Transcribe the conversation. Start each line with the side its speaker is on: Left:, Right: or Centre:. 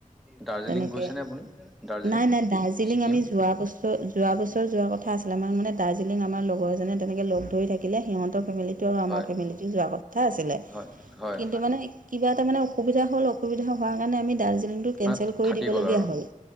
Centre: দাৰ্জিলিং
Right: তেনেকে
Centre: গৈছেনে আপুনি দাৰ্জিলিং
Right: নাই-নাই দাৰ্জিলিং
Centre: ছিকিম
Right: আমি যোৱা বছ ৰ যোৱা বছৰ যোৱা কথা আছিলে আমাক মানে দাৰ্জিলিং আমাৰ লগৰ এজনে তেনেকে লগ ধৰি থাকিলে সিহতৰ ফেমিলি তো
Centre: হয়
Right: আমাৰ ফেমিলিতো যোৱা কথা আছিলে
Centre: হয় হয়
Right: কিন্তু মানে কিবা এটা মানে অসুবিধা হ'ল অসুবিধা হোৱাৰ কাৰণে আমি দাৰ্জিলিংটো কেঞ্চেল
Centre: মানে
Right: কৰি
Centre: থাকি
Right: দিবলগীয়া
Centre: গ'ল আৰু
Right: হ'ল।